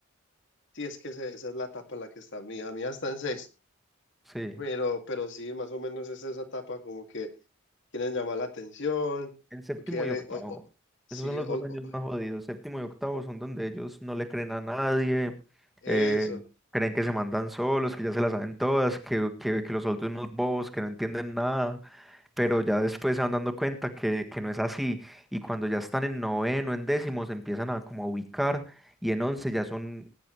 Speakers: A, on the left; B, in the centre.
A: Sí, es que ese- esa es la etapa en la que está mi hija. Mi hija está en sexto,
B: Sí,
A: pero, pero sí, más o menos es esa etapa como que quieren llamar la atención,
B: en séptimo
A: o quieren,
B: y octavo.
A: o- o- sí,
B: Esos son los
A: o-
B: dos años
A: o-
B: más jodidos. Séptimo y octavo son donde ellos no le creen a nadie,
A: eso,
B: eh, creen que se mandan solos, que ya se las saben todas, que, que, que los adultos son unos bobos, que no entienden nada, pero ya después se van dando cuenta que, que no es así. Y cuando ya están en noveno, en décimo, se empiezan a como a ubicar y en once ya son,